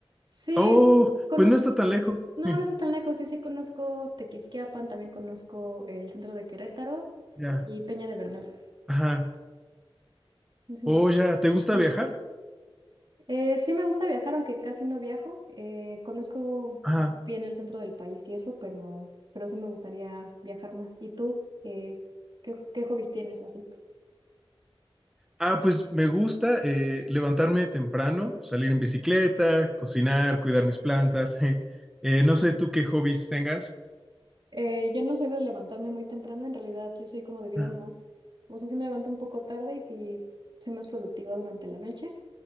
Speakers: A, on the right (about 55°); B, in the centre.
A: Sí,
B: Oh,
A: conozco,
B: pues no está tan lejos.
A: no,
B: <laughs>
A: no está tan lejos, sí, sí conozco Tequisquiapan, también conozco el centro de Querétaro
B: Ya,
A: y Peña de Bernal.
B: ajá.
A: Es una
B: Oh,
A: ciudad-
B: ya, ¿te gusta
A: Sí.
B: viajar?
A: Eh, sí me gusta viajar, aunque casi no viajo. Eh, conozco
B: Ajá.
A: pues, bien el centro del país y eso, pero, pero sí me gustaría viajar más. ¿Y tú? Eh, ¿qué, qué hobbies tienes o así?
B: Ah, pues me gusta eh, levantarme temprano, salir en bicicleta, cocinar, cuidar mis plantas. <laughs> Eh, no sé tú qué hobbies tengas.
A: Eh, yo no soy de levantarme muy temprano, en realidad yo soy como de vida
B: Ah,
A: más, o sea, sí me levanto un poco tarde y sí soy más productiva durante la noche.